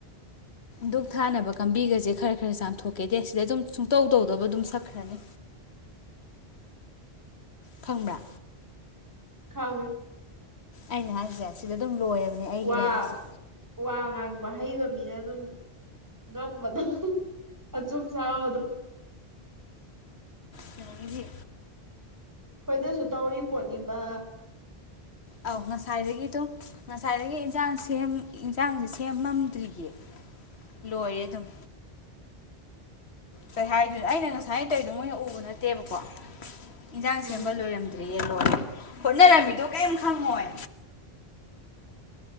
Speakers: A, on the left; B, on the right.
A: ꯗꯨꯛ ꯊꯥꯅꯕ ꯀꯥꯡꯝꯕꯤꯒꯁꯦ ꯈꯔ ꯈꯔ ꯆꯥꯝꯊꯣꯛꯀꯦꯗꯦ ꯁꯤꯗ ꯑꯗꯨꯝ ꯁꯨꯡꯇꯧ ꯇꯧꯗꯧꯕ ꯑꯗꯨꯝ ꯁꯛꯈ꯭ꯔꯅꯤ ꯈꯪꯕ꯭ꯔꯥ
B: ꯈꯥꯡꯉꯦ
A: ꯑꯩꯅꯥ ꯍꯥꯏꯁꯦ ꯁꯤꯗ ꯑꯗꯨꯝ ꯂꯣꯏꯔꯕꯅꯦ ꯑꯩꯒꯤ
B: ꯋꯥ
A: ꯂꯥꯏꯕꯛꯁꯦ
B: ꯋꯥ ꯉꯥꯡꯕ ꯍꯩꯕ ꯃꯤꯅ ꯑꯗꯨꯝ ꯉꯝꯕꯗꯣ ꯑꯆꯨꯝ ꯁꯥꯥꯕꯗꯣ
A: ꯀꯩꯅꯣꯒꯤꯗꯤ
B: ꯑꯩꯈꯣꯏꯗꯁꯨ ꯇꯧꯔꯤ ꯄꯣꯠꯅꯤꯕ
A: ꯑꯧ ꯉꯁꯥꯏꯗꯒꯤ ꯑꯗꯨꯝ ꯉꯁꯥꯏꯗꯒꯤ ꯏꯟꯁꯥꯡ ꯁꯦꯝ ꯏꯟꯁꯥꯡꯁꯦ ꯁꯦꯝꯃꯝꯗ꯭ꯔꯤꯌꯦ ꯂꯣꯏꯔꯦ ꯑꯗꯨꯝ ꯀꯩ ꯍꯥꯏꯗꯨꯣꯏꯅꯣ ꯑꯩꯅ ꯉꯁꯥꯏ ꯇꯩꯗꯧ ꯃꯣꯏꯅ ꯎꯕ ꯅꯠꯇꯦꯕꯀꯣ ꯏꯟꯖꯥꯡ
B: ꯎꯝ
A: ꯁꯦꯝꯕ ꯂꯣꯏꯔꯝꯗ꯭ꯔꯤꯌꯦ ꯂꯣꯔꯦ ꯍꯣꯠꯅꯔꯝꯃꯤꯗꯣ ꯀꯔꯤꯝ ꯈꯪꯉꯣꯏ